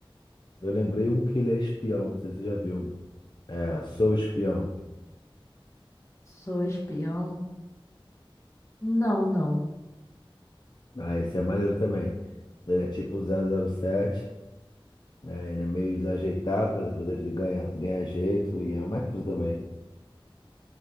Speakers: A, on the left; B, on the left.
A: eu lembrei um que ele é espião, não sei se você já viu. É, Sou Espião.
B: Sou espião? Não, não.
A: Ah, esse é maneiro também. Ele é tipo 007. né? Ele é meio desajeitado, mas depois ele ganha, ganha jeito e é maneiro também.